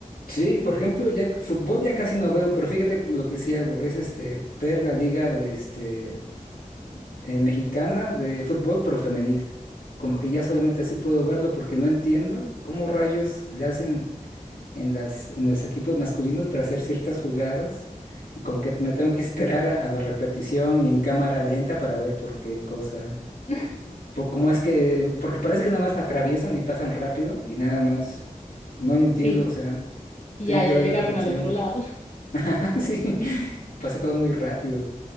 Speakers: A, on the left; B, on the left.
A: Sí, por ejemplo, ya fútbol ya casi no veo, pero fíjate que lo que sí hago es este ver la liga de, este eh, mexicana de fútbol, pero femenil. Como que ya solamente así puedo verlo porque no entiendo cómo rayos le hacen en las en los equipos masculinos para hacer ciertas jugadas y como que me tengo que <laughs> esperar a, a la repetición y en cámara lenta para ver por qué cosa,
B: <laughs>
A: por cómo es que, porque parece que nada más atraviesan y pasan rápido y nada más no lo entiendo,
B: Y,
A: o sea,
B: y
A: tengo
B: ya,
A: que
B: ya
A: ver
B: llegaron
A: la repetición.
B: al otro lado.
A: <laughs> Sí, pasa todo muy rápido.